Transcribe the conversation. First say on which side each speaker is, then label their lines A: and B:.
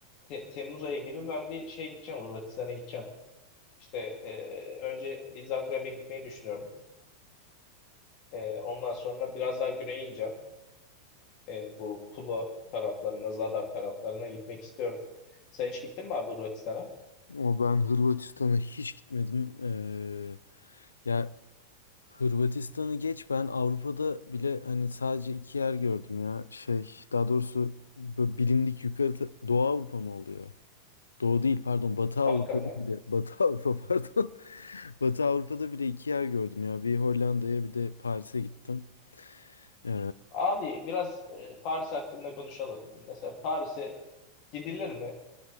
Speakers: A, on the left; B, on the left.
A: Te- Temmuz ayı gibi ben bir şeye gideceğim, Hırvatistan'a gideceğim. İşte e, önce bir Zagreb'e gitmeyi düşünüyorum. E, ondan sonra biraz daha güneye ineceğim. E, bu Pula taraflarına, Zadar taraflarına gitmek istiyorum. Sen hiç gittin mi abi Hırvatistan'a?
B: Ama ben Hırvatistan'a hiç gitmedim. Ee, ya Hırvatistan'ı geç ben Avrupa'da bile hani sadece iki yer gördüm ya. Şey daha doğrusu böyle bilindik yukarı ta- Doğu Avrupa mı oluyor? Doğu değil pardon Batı
A: Balkanlar.
B: Avrupa'da bile <laughs> Batı Avrupa pardon. <laughs> Batı Avrupa'da bile iki yer gördüm ya. Bir Hollanda'ya bir de Paris'e gittim. Ee,
A: Abi biraz e, Paris hakkında konuşalım. Mesela Paris'e gidilir mi?